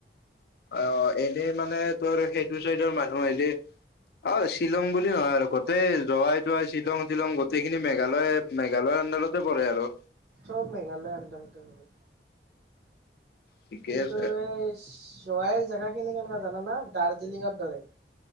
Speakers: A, on the left; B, on the right.
A: অ' এনেই মানে, তোৰ সেই সিটো চাইডৰ মানুহ আহিলে, অ', শ্বিলং বুলি নহয় আৰু। গোটেই জোৱাই-তোৱাই, শ্বিলং-টিলং, গোটেইখিনি মেঘালয়, মেঘালয় আণ্ডাৰতেই পৰে আৰু।
B: চব মেঘালয় আণ্ডাৰতেই পৰে।
A: ঠিকে
B: কিন্তু,
A: আছে
B: এই শ্বি জোৱাইৰ জেগাখিনি কেনেকুৱা জানা না? দাৰ্জিলিঙৰ দৰে